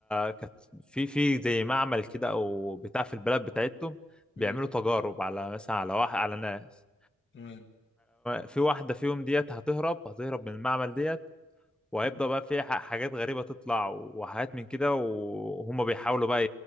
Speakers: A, in the centre; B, on the left.
A: كانت في في زي معمل كده او بتاع في البلد بتاعتهم
B: مم.
A: بيعملوا تجارب على مثلا على واحد على ناس
B: تمام
A: في واحده فيهم ديت هتهرب هتهرب من المعمل ديت وهيبدأ
B: مم.
A: بقى في ح- حاجات غريبة تطلع وحاجات من كده وهم بيحاولوا بقى